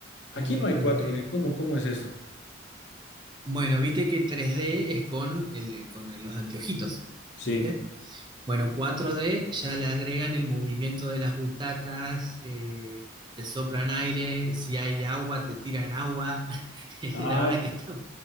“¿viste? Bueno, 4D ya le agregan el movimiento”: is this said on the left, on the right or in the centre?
Right